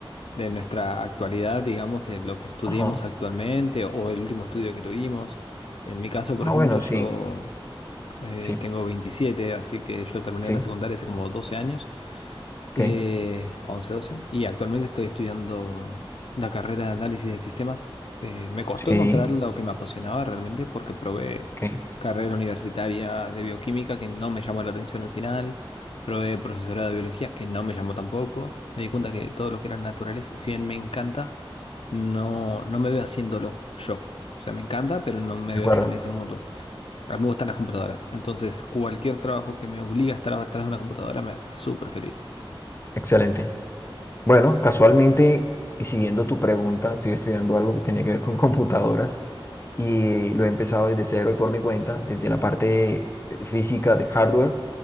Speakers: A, on the left; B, on the left.
A: de nuestra actualidad, digamos, de lo que estudiemos
B: Ajá.
A: actualmente o el último estudio que tuvimos. En mi caso, por
B: Ah,
A: ejemplo,
B: bueno,
A: yo
B: sí,
A: eh,
B: sí,
A: tengo 27, así que yo terminé
B: sí,
A: la secundaria hace como 12 años.
B: ok,
A: eh, 11, 12, y actualmente estoy estudiando la carrera de análisis de sistemas. Eh, me costó
B: sí,
A: encontrar lo que me apasionaba realmente porque probé
B: ok, de
A: carrera universitaria de bioquímica que no me llamó la atención al final, probé profesorado de biología que no me llamó tampoco, me di cuenta que todo lo que eran naturales, si bien me encanta, no, no me veo haciéndolo yo. O sea, me encanta, pero no me
B: acuerdo,
A: veo yo en ese mundo. A mí me gustan las computadoras, entonces cualquier trabajo que me obliga a estar atrás de una computadora me hace súper feliz.
B: excelente. Bueno, casualmente, y siguiendo tu pregunta, estoy estudiando algo que tiene que ver con computadoras. y lo he empezado desde cero y por mi cuenta, desde la parte física de hardware,